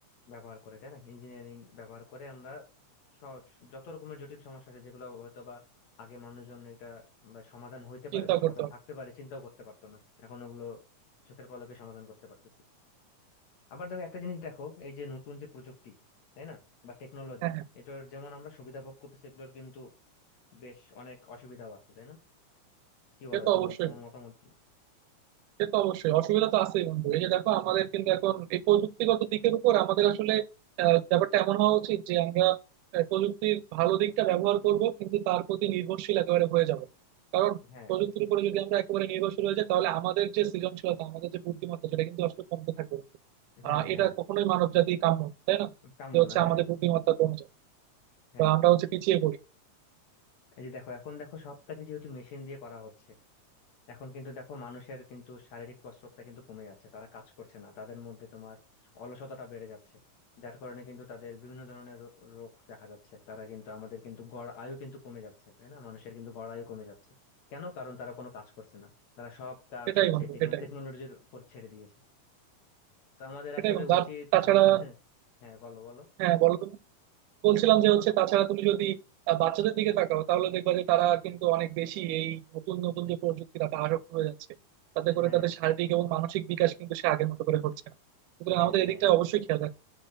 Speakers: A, on the left; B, on the right.
A: ব্যবহার করে তাই না ইঞ্জিনিয়ারিং ব্যবহার করে আমরা সহজ যত রকমের জটিল সমস্যা আছে যেগুলো হয়তো বা আগে মানুষজন এটা বা সমাধান হইতে
B: চিন্তা
A: পারে বা
B: করতে
A: সমাধান
B: হবে
A: থাকতে পারে চিন্তাও করতে পারতো না এখন ওগুলো চোখের পলকে সমাধান করতে পারতেছি আবার দেখো একটা জিনিস দেখো এই যে নতুন যে প্রযুক্তি তাই না বা টেকনোলজি
B: হ্যাঁ হ্যাঁ
A: এটার যেমন আমরা সুবিধা ভোগ করতেছি এগুলোর কিন্তু বেশ অনেক অসুবিধাও আছে তাই না কি
B: সে
A: বলো
B: তো
A: তোমার
B: অবশ্যই
A: তোমার মতামত কি
B: সে তো অবশ্যই অসুবিধা তো আছেই বন্ধু এই যে দেখো আমাদের
A: হ্যাঁ
B: কিন্তু এখন এই প্রযুক্তিগত দিকের উপর আমাদের আসলে আহ, ব্যাপারটা এমন হওয়া উচিত যে আমরা আহ, প্রযুক্তির ভালো দিকটা ব্যবহার করব কিন্তু তার প্রতি নির্ভরশীল একেবারে হয়ে যাব কারণ
A: হ্যাঁ
B: প্রযুক্তির উপরে যদি আমরা একেবারে নির্ভরশীল হয়ে যাই তাহলে আমাদের যে সৃজনশীলতা আমাদের যে বুদ্ধিমত্তা সেটা কিন্তু আসলে কমতে থাকবে বন্ধু।
A: হ্যাঁ
B: আহ এটা
A: হ্যাঁ
B: কখনোই মানব জাতি কাম্য না তাই না
A: কাম্য
B: যে হচ্ছে
A: না হ্যাঁ
B: আমাদের বুদ্ধিমত্তা কমে যায়
A: হ্যাঁ
B: বা আমরা হচ্ছে পিছিয়ে পড়ি
A: এই যে দেখো এখন দেখো সব কাজে যেহেতু মেশিন দিয়ে করা হচ্ছে এখন কিন্তু দেখো মানুষের কিন্তু শারীরিক কসরতটা কিন্তু কমে যাচ্ছে তারা কাজ করছে না তাদের মধ্যে তোমার অলসতাটা বেড়ে যাচ্ছে যার কারণে কিন্তু তাদের বিভিন্ন ধরনের রো- রোগ দেখা যাচ্ছে তারা কিন্তু আমাদের কিন্তু গড় আয়ু কিন্তু কমে যাচ্ছে তাই না মানুষের কিন্তু গড় আয়ু কমে যাচ্ছে কেন কারণ তারা কোনো কাজ করছে না তারা সব কাজ
B: সেটাই
A: হচ্ছে
B: বন্ধু
A: টেকনো
B: সেটাই
A: টেকনোলজির উপর ছেড়ে দিয়েছে তো আমাদের
B: সেটাই
A: আসলে
B: বন্ধু
A: উচিত
B: আর তাছাড়া
A: সব <laughs> হ্যাঁ বলো বলো
B: হ্যাঁ বলো তুমি বলছিলাম যে হচ্ছে তাছাড়া তুমি যদি আহ, বাচ্চাদের দিকে তাকাও তাহলে দেখবা যে তারা কিন্তু অনেক বেশি এই নতুন নতুন যে প্রযুক্তি তাতে আসক্ত হয়ে যাচ্ছে তাতে করে
A: হ্যাঁ
B: তাদের শারীরিক এবং মানসিক বিকাশ কিন্তু সে আগের মতো করে হচ্ছে না সুতরাং
A: হ্যাঁ
B: আমাদের এদিকটা
A: হ্যাঁ
B: অবশ্যই খেয়াল রাখতে হবে।